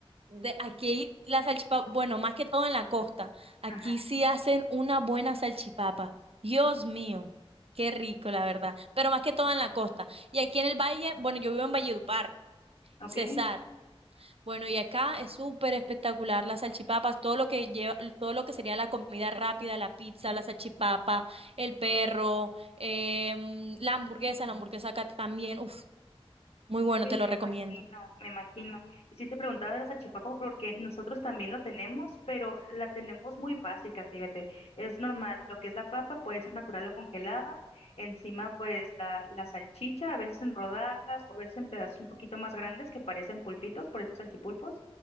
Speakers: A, on the right; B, on the left.
A: De aquí la salchipapa, bueno, más que todo en la costa, aquí
B: Ajá,
A: sí hacen una buena salchipapa. Dios mío, qué rico, la verdad. Pero más que todo en la costa. Y aquí en el valle, bueno, yo vivo en Valledupar,
B: ok.
A: César.
B: Uy,
A: Bueno, y acá es súper espectacular las salchipapas, todo lo que lleva, todo lo que sería la comida rápida, la pizza, la salchipapa, el perro, em, la hamburguesa, la hamburguesa acá también, uf, muy bueno,
B: me
A: te lo recomiendo.
B: imagino, me imagino. Y sí te preguntaba de la salchipapa porque nosotros también lo tenemos, pero la tenemos muy básica, fíjate. Es normal, lo que es la papa puede ser natural o congelada. Encima, pues la, la salchicha, a veces en rodajas o a veces en pedazos un poquito más grandes que parecen pulpitos, por eso salchipulpos.